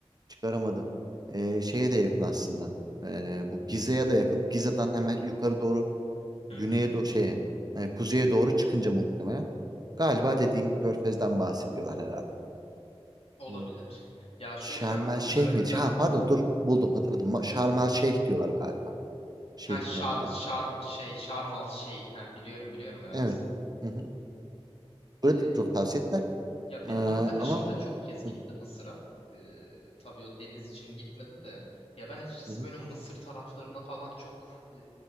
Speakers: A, on the right (about 40°); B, on the left (about 65°).
A: çıkaramadım. E, şeye de yakın aslında. E, bu Gize'ye de yakın. Gize'den hemen yukarı doğru
B: Hı
A: güneye
B: hı.
A: doğru şeye e, kuzeye doğru çıkınca muhtemelen. Galiba dediğin Körfez'den bahsediyorlar herhalde.
B: Olabilir.
A: E,
B: Ya şöyle
A: Şarm
B: ben Mısır'a
A: El Şeyh
B: giden
A: miydi? Ha pardon dur buldum hatırladım. Ma- Şarm El Şeyh diyorlar galiba. Şehrin
B: ha Şar
A: adına
B: Şarm
A: da.
B: şey Şarmal şey ha biliyorum biliyorum evet.
A: Evet. Hı hı. Burada
B: Ee,
A: da çok tavsiye ettiler.
B: ya benim
A: E,
B: arkadaşım
A: ama
B: da çok kez gitti
A: hı hı,
B: Mısır'a. Ee, tabii o deniz için gitmedi de. Ya ben açıkçası
A: hı hı,
B: böyle Mısır taraflarına falan çok e,